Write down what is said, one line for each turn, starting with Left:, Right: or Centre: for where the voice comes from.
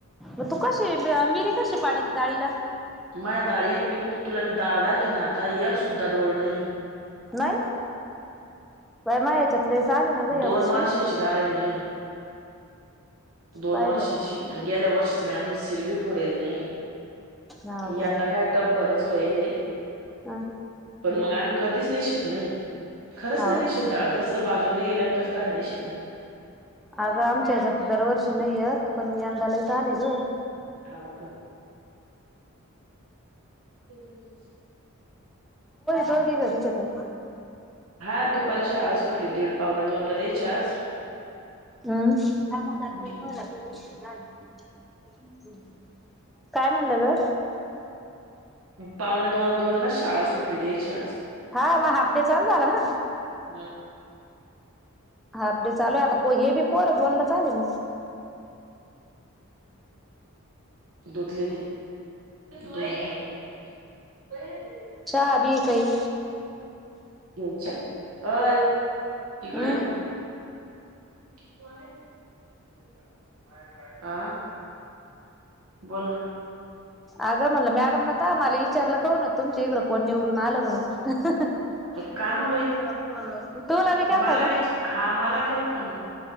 Centre: मग तू कशी मिरी कशी पाडीत डाळीला?
Right: माय दाळीत तू, तुला मी दाळ दाखविण आता एक सुद्धा डोळ नाही.
Centre: नाही... बाय मा याच्यातले लयच आले ना. ग या
Right: दोन
Centre: वर्षी
Right: वर्षाची डाळ आहे मई, दोन
Centre: पाय
Right: वर्षाची.
Centre: बरं
Right: गेल्या वर्षीच मी अजून सिल बी फोडेल नाही,
Centre: हाव
Right: यंदा
Centre: का
Right: काय टबभरच वयले
Centre: हा.
Right: पण मग आम्ही कधीच निशित नाही, खरंच
Centre: हाव
Right: नाही निशित डाळ जस बाजू डाळ निशित नाही.
Centre: अगं आमच्या ह्याच्यात दरवर्षी नाही येत पण यंदा लय तर आले ग.
Right: हाव का? <inaudible> हम्म.
Centre: जाऊदे घरीच आता
Right: हा दुपारी शाळा सुटली दीड पाहुणे दोनला त्यांची आज
Centre: हम्म.. सां मं जाते
Right: हम्म.
Centre: म्हलाच द <inaudible> काय म्हणलं ग?
Right: पाऊणे दोन दोन ला शाळा सुटली त्यांची आज
Centre: हा मग हाफ डे चालू झाला ना,
Right: हम
Centre: हाफ डे चालू आहे आता, प हे बी पोर दोन लाच आले मग
Right: धुतली ती <unintelligible>
Centre: चहा बी काही?
Right: घ्यायच्या, अय
Centre: हम्म
Right: इकड ये म <unintelligible> आ? बोल ना.
Centre: अगं म्हणलं मॅडम न त आम्हाले विचारलं कोण ओ तुमची इकडं कोण निवडून आलं म्हणून? <unintelligible>
Right: का ना बाई
Centre: तुला बी केलता
Right: मला
Centre: का?
Right: विच हा मला केलता ना